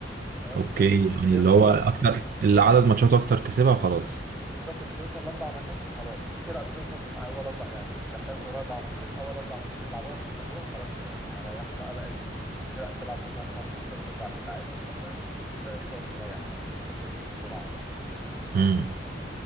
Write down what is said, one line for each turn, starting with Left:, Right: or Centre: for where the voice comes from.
Centre: فاهم
Right: اوكي
Centre: يعني
Right: يعني
Centre: اللي بيوصل
Right: اللي هو اكتر اللي عدد ماتشات اكتر كسبها وخلاص
Centre: بالظبط اللي بيوصل لاربع مكاسب خلاص في فرق بتوصل من اول اربع يعني مش بيحتاجوا غير اربع ماتشات اول اربع ماتشات بيلعبوها بيكسبوها خلاص كده هم هيريحوا بقى بقى ال- الفرق تلعب هم التلات ماتشات بتوع بتاعتهم مثلا والفرق دي تقعد تريح بقى اللي كسبوا بسرعة
Right: امم